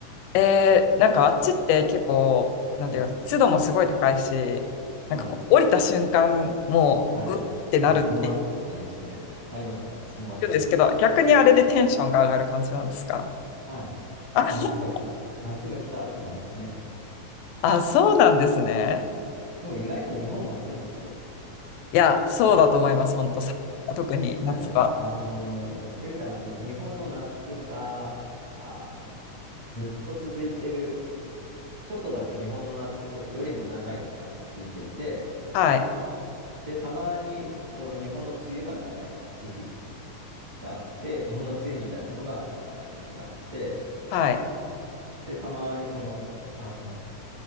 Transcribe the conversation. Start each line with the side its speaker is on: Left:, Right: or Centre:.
Left: えーなんかあっちって結構、なんていうか、
Right: うん。
Left: 湿度もすごい高いし、なんかこう降りた瞬間、
Right: はい。
Left: もう、
Right: はい。
Left: うってなるって
Right: むむわってなりますね。なります、なります。むわってなります。
Left: るんですけど、逆にあれでテンションが上がる感じなんですか
Right: はい。
Left: あ、
Right: あ、
Left: <laughs>
Right: 夏が来たって。夏が来たって思いますね。
Left: あ、そうなんですね。
Right: でも意外と日本も暑いんですよ。
Left: いや、そうだと思います、本当、さ特に夏は。
Right: なんかね、あのー言ってみたらに、日本の夏が、あの、ずっと続いてるちょっとだけ日本の夏よりも長い期間続いていて、
Left: はい、
Right: で、たまにその日本の梅雨が長い期時期があって、日本の梅雨みたいなのがちょっと長い時期があって、
Left: はい、
Right: で、たまにその、あの、